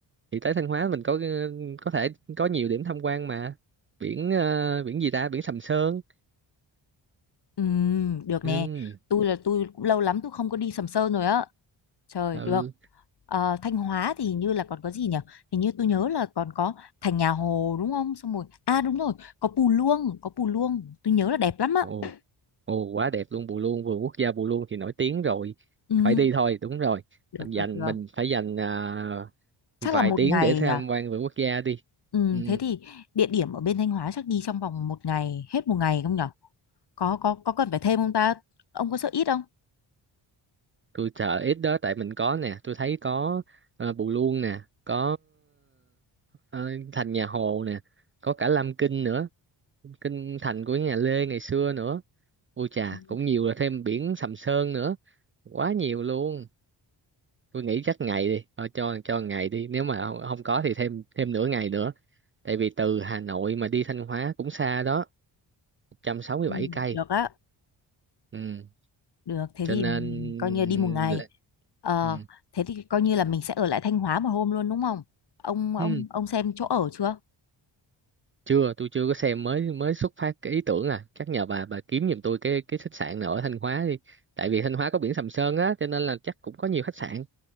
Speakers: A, on the right; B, on the left.
A: thì tới Thanh Hóa mình có có thể có nhiều điểm tham quan mà biển ờ, biển gì ta biển Sầm Sơn
B: Ừ, được nè.
A: ừ,
B: Tôi là tôi cũng lâu lắm tôi không có đi Sầm Sơn rồi á. Trời
A: ừ.
B: được. Ờ, Thanh Hóa thì hình như là còn có gì nhỉ? Hình như tôi nhớ là còn có thành nhà Hồ đúng không? Xong rồi. À đúng rồi, có Pù Luông, có Pù Luông. Tôi nhớ là đẹp lắm á.
A: Ồ Ồ quá đẹp luôn Bù Luông vườn quốc gia Bù Luông thì nổi tiếng rồi
B: Ừ,
A: phải đi thôi đúng rồi
B: được
A: mình dành
B: được được.
A: mình phải dành à,
B: Chắc
A: vài
B: là một
A: tiếng
B: ngày
A: để tham
B: à?
A: quan vườn quốc gia đi
B: Ừ,
A: ừ,
B: thế thì địa điểm ở bên Thanh Hóa chắc đi trong vòng một ngày, hết một ngày không nhỉ? Có có có cần phải thêm không ta? Ông có sợ ít không?
A: tôi sợ ít đó tại mình có nè tôi thấy có à, Bù Luông nè có ờ, thành nhà Hồ nè có cả Lam Kinh nữa kinh thành của nhà Lê ngày xưa nữa ôi chà
B: Ừ,
A: cũng nhiều là thêm biển Sầm Sơn nữa quá nhiều luôn tôi nghĩ chắc ngày đi thôi cho cho ngày đi nếu mà không, không có thì thêm thêm nửa ngày nữa tại vì từ Hà Nội mà đi Thanh Hóa cũng xa đó 167
B: ừ,
A: cây
B: được á.
A: ừ.
B: Được, thế
A: cho
B: thì
A: nên
B: mình coi như đi một ngày.
A: là-
B: Ờ,
A: ừ.
B: thế thì coi như là mình sẽ ở lại Thanh Hóa một hôm luôn đúng không? Ông ông
A: Ừ.
B: ông xem chỗ ở chưa?
A: chưa tôi chưa có xem mới mới xuất phát cái ý tưởng à chắc nhờ bà bà kiếm giùm tôi cái cái khách sạn nào ở Thanh Hóa đi tại vì Thanh Hóa có biển Sầm Sơn á cho nên là chắc cũng có nhiều khách sạn